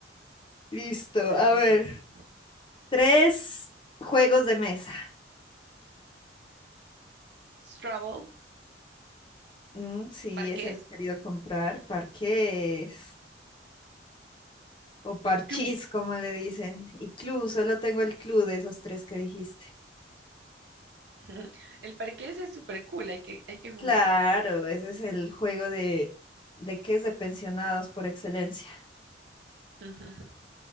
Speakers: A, on the left; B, on the right.
A: Listo,
B: Mm,
A: a ver. Tres juegos de mesa.
B: Scrabble,
A: Mm, sí,
B: parqués
A: ese lo he querido comprar. Parques o parchís,
B: y Clue.
A: como le dicen. Y club, solo tengo el club de esos tres que dijiste.
B: <laughs> El parqués es súper cool, hay que, hay que jugar.
A: Claro, ese es el juego de, de qué es de pensionados por excelencia.
B: <laughs>